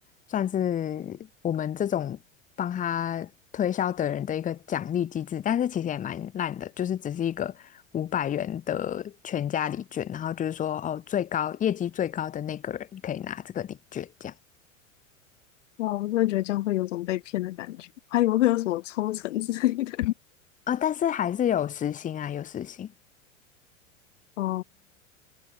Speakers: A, on the left; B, on the left.
A: 算是我们这种帮他推销的人的一个奖励机制，但是其实也蛮烂的，就是只是一个五百元的全家礼券，然后就是说哦，最高业绩最高的那个人可以拿这个礼券这样
B: 哇，我真的觉得这样会有种被骗的感觉，还以为会有什么抽成之类的。
A: 啊，但是还是有时薪啊，有时薪，
B: <laughs> 哦、